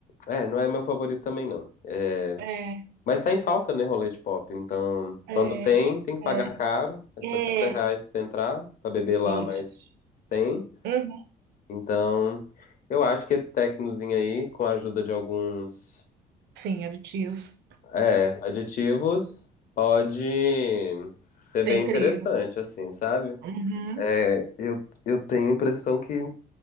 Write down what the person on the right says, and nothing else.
É,
é,
pois
é.
É,
isso.
Uhum.
Sim, aditivos.
Isso
é incrível.
Uhum.